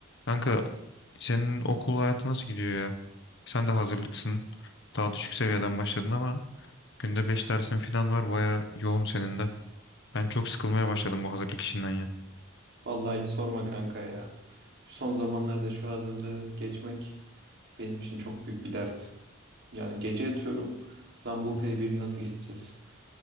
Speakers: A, on the left; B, on the right.
A: Kanka senin okul hayatı nasıl gidiyor ya? Sen de hazırlıksın. Daha düşük seviyeden başladın ama günde 5 dersin falan var. Baya yoğun senin de. Ben çok sıkılmaya başladım bu hazırlık işinden ya.
B: Vallahi hiç sorma kanka ya. Şu son zamanlarda şu hazırlığı geçmek benim için çok büyük bir dert. Ya gece yatıyorum. Lan bu p biri nasıl geçeceğiz?